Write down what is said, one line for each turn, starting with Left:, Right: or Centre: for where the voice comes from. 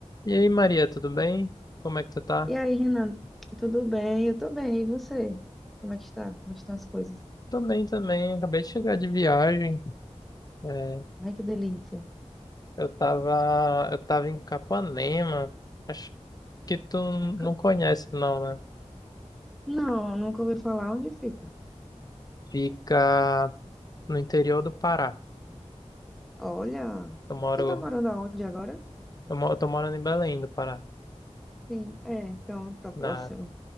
Left: E aí, Maria, tudo bem? Como é que tu tá?
Centre: E aí, Renan, tudo bem? Eu tô bem, e você? Como é que está? Como é que estão as coisas?
Left: Tô bem também, acabei de chegar de viagem. É,
Centre: Ai, que delícia.
Left: eu tava, eu tava em Capanema. Acho que tu não
Centre: C-
Left: conhece, não, né?
Centre: Não, nunca ouvi falar onde fica.
Left: Fica no interior do Pará.
Centre: Olha,
Left: Eu moro,
Centre: tu tá morando aonde agora?
Left: eu moro, tô morando em Belém do Pará,
Centre: Sim, é, então tá próximo.
Left: na,